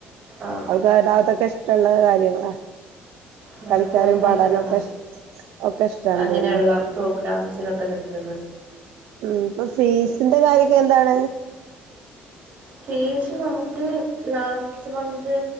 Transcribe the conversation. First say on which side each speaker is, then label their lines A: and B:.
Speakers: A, on the right; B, on the right.
A: ആഹ്
B: അൾക്ക ന തക്കേഷ ഷ്ട്ടള്ളത കാര്യങ്ങളാ.
A: മോൾക്ക്
B: കളിക്കാനും
A: നല്ലതാണ്
B: പാടാനും ഒക്കെ ഒക്കെ ഇഷ്ടാണ്
A: അങ്ങനെയുള്ള
B: പിന്നെ
A: പ്രോഗ്രാംസിനൊക്കെ നിക്ക്
B: ഉം ഇപ്പൊ ഫീസിന്റെ കാര്യൊക്കെ എന്താണ് <unintelligible>
A: ഫീസ് നമുക്ക് ലാസ്റ്റ് മന്ത്